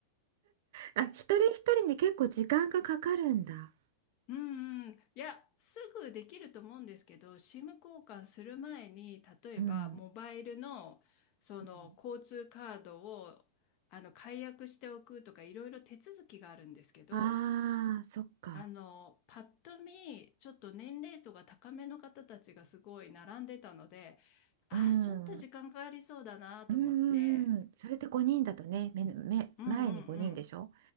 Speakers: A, on the right; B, on the left.
A: あ一人一人に結構時間がかかるんだ
B: うんうん、いや、すぐできると思うんですけど、SIM 交換する前に、例えばモバイルのその交通カードをあの解約しておくとか、
A: うんうん
B: いろいろ手続きがあるんですけど、
A: あーそっか
B: あのパッと見、ちょっと年齢層が高めの方たちがすごい並んでたので、ああ、
A: うんうん
B: ちょっと時間かかりそうだなと思って、
A: うんうんそれで5人だとねめめ前に5人でしょ
B: うんうんうん、